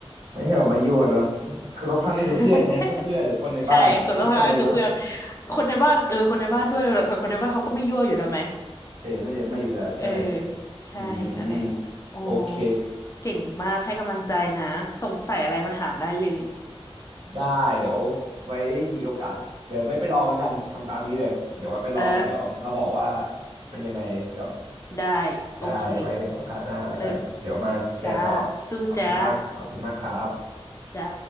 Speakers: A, on the right (about 65°); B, on the left (about 30°).
A: ไม่ให้ออกมายั่วเนาะ <laughs> คนรอบข้างนี่คือเพื่อนใช่ไหมเพื่อนเพื่อนหรือคนในบ้านทุกคนเลยเนาะ
B: <laughs> ใช่คนรอบข้างก็คือเพื่อนคนในบ้านเออคนในบ้านด้วยแต่คนในบ้านเขาก็ไม่ยั่วอยู่แล้วไหม
A: เออน่าจะไม่อยู่แล้วใช่
B: เออใช่นั่นแหละ
A: อืม
B: อ๋อ
A: โอเค
B: เก่งมากให้กำลังใจนะสงสัยอะไรมาถามได้เลย
A: ได้เดี๋ยวไว้มีโอกาสเดี๋ยวไว้ไปลองแล้วกันทำตามนี้เลยเดี๋ยวไว้ไปลองแล้วเดี๋ยวมาบอกว่า
B: เออ
A: เป็นยังไงครับ
B: ได้โอเค
A: ได้ไว้โอกาสหน้าแล้วกันเดี๋ยวมาแชร์ต่อ
B: เลิศจ้าสู้จ้า
A: ขอบคุณมากขอบคุณมากครับ
B: จ้า